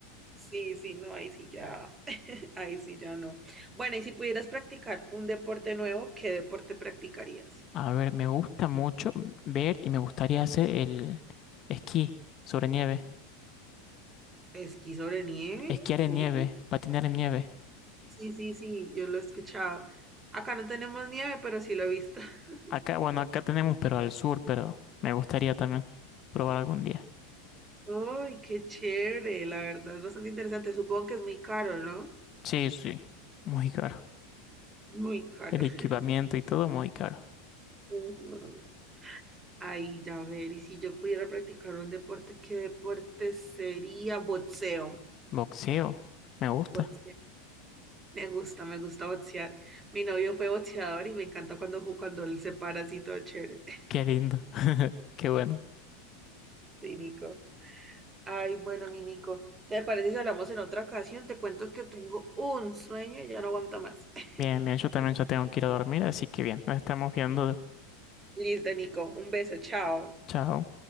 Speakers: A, on the right; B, on the left.
A: Sí, sí, no, ahí sí ya, <laughs> ahí sí ya no. Bueno, y si pudieras practicar un deporte nuevo, ¿qué deporte practicarías?
B: A ver, me gusta mucho ver y me gustaría hacer el esquí sobre nieve,
A: ¿Esquí sobre nieve?
B: esquiar en
A: Uh,
B: nieve, patinar en nieve.
A: sí, sí, sí, yo lo he escuchado. Acá no tenemos nieve, pero sí lo he visto. <laughs>
B: Acá, bueno, acá tenemos, pero al sur, pero me gustaría también probar algún día.
A: Uy, qué chévere, la verdad es bastante interesante. Supongo que es muy caro, ¿no?
B: Sí, sí, muy caro.
A: Muy caro.
B: El equipamiento
A: <laughs>
B: y todo muy caro.
A: Ujú. Ay, ya ver, y si yo pudiera practicar un deporte, ¿qué deporte sería? Boxeo.
B: Boxeo, me gusta.
A: Boxeo. Me gusta, me gusta boxear. Mi novio fue boxeador y me encanta cuando, ju- cuando él se para así todo chévere. <laughs>
B: Qué lindo. <laughs> Qué bueno.
A: Sí, Nico. Ay, bueno, mi Nico, ¿te parece si hablamos en otra ocasión? Te cuento que tengo un sueño y ya no aguanta más. <laughs>
B: Bien, bien, yo también ya tengo que ir a dormir, así que bien, nos estamos viendo.
A: Listo, Nico. Un beso, chao.
B: Chao.